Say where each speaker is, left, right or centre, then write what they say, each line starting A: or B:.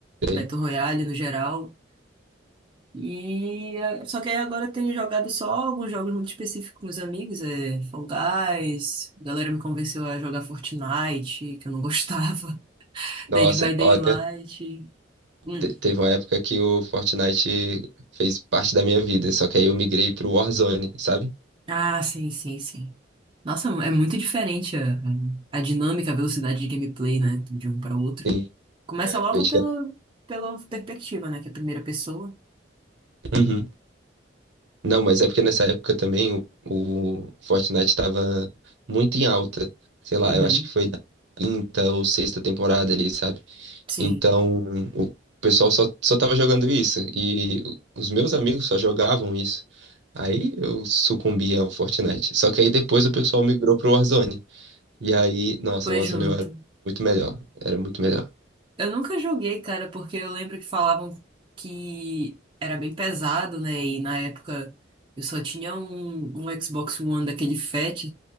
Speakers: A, on the right; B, on the right.
A: é.
B: Battle Royale no geral. E eh, só que aí agora eu tenho jogado só alguns jogos muito específicos com os amigos, é Fall Guys, a galera me convenceu a jogar Fortnite, que eu não gostava, <laughs>
A: Nossa,
B: Dead by Daylight.
A: olha,
B: Hum.
A: te- teve uma época que o Fortnite fez parte da minha vida, só que aí eu migrei pro Warzone, sabe?
B: Ah, sim, sim, sim. Nossa, é muito diferente a, a dinâmica, a velocidade de gameplay, né, de um para outro.
A: Sim,
B: Começa
A: é,
B: logo
A: bem
B: pela, pela perspectiva, né, que é a primeira pessoa.
A: Uhum. Não, mas é porque nessa época também o, o Fortnite estava muito em alta. Sei lá,
B: Uhum.
A: eu acho que foi na quinta ou sexta temporada ali, sabe?
B: Sim,
A: Então, o pessoal só, só tava jogando isso. E os meus amigos só jogavam isso. Aí eu sucumbi ao Fortnite. Só que aí depois o pessoal migrou pro Warzone. E aí, nossa,
B: foi
A: o Warzone
B: junto.
A: eu era muito melhor. Era muito melhor.
B: Eu nunca joguei, cara, porque eu lembro que falavam que era bem pesado, né? E na época eu só tinha um, um Xbox One daquele fat.